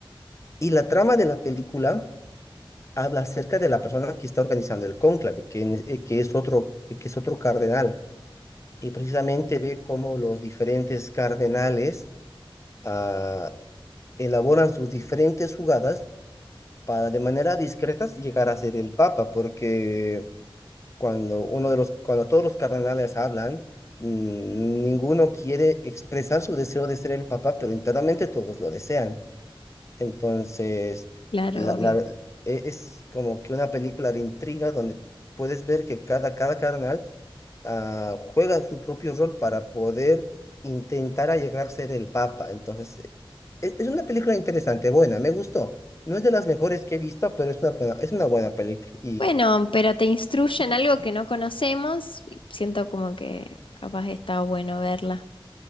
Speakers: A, on the left; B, on the left.
A: Y la trama de la película habla acerca de la persona que está organizando el cónclave, que, en- eh, que es otro, que es otro cardenal. Y precisamente ve cómo los diferentes cardenales ah, elaboran sus diferentes jugadas para de manera discreta llegar a ser el papa, porque cuando uno de los, cuando todos los cardenales hablan, mm, ninguno quiere expresar su deseo de ser el papa, pero internamente todos lo desean. Entonces,
B: Claro,
A: la,
B: obvio.
A: la- e- es como que una película de intriga donde puedes ver que cada, cada cardenal ah, juega su propio rol para poder intentar a llegar a ser el Papa. Entonces, es, es una película interesante, buena, me gustó. No es de las mejores que he visto, pero es una, buena- es una buena película.
B: Bueno, pero te instruyen algo que no conocemos y siento como que capaz está bueno verla.